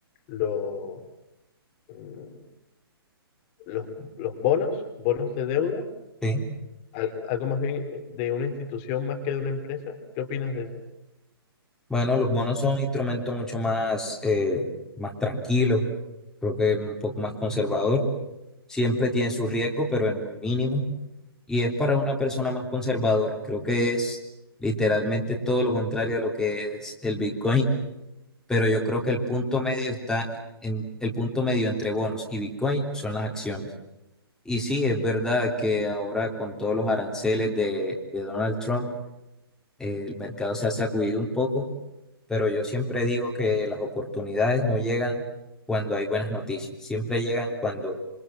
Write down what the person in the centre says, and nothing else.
Sí.
Bueno, los bonos son instrumentos mucho más, eh, más tranquilos, creo que es un poco más conservador. Siempre tiene su riesgo, pero es muy mínimo. Y es para una persona más conservadora. Creo que es literalmente todo lo contrario a lo que es el Bitcoin, pero yo creo que el punto medio está en el punto medio entre bonos y Bitcoin son las acciones. Y sí, es verdad que ahora con todos los aranceles de, de Donald Trump, eh, el mercado se ha sacudido un poco, pero yo siempre digo que las oportunidades no llegan cuando hay buenas noticias, siempre llegan cuando